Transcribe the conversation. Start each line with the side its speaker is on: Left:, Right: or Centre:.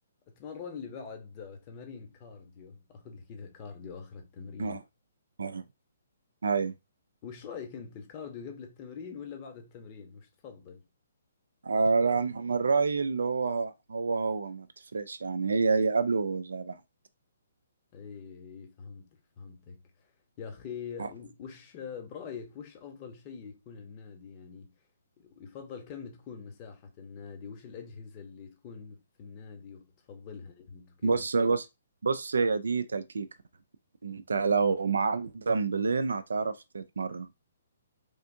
Left: اتمرن لي بعد آه، تمارين كارديو اخذ لي كذا كارديو اخر التمرين
Right: اه اه ايوه
Left: وش رايك انت الكارديو قبل التمرين ولا بعد التمرين وش تفضل
Right: آه، لا، انا من رأيي اللي هو هو هو ما بتفرقش يعني هي هي قبله زي بعض
Left: اي فهمتك فهمتك يا اخي
Right: آه.
Left: وش برايك وش افضل شيء يكون النادي يعني يفضل كم تكون مساحة النادي وش الاجهزة اللي تكون في النادي تفضلها انت وكذا
Right: بص بص بص يا دي تلكيكة انت لو معاك دمبلين هتعرف تتمرن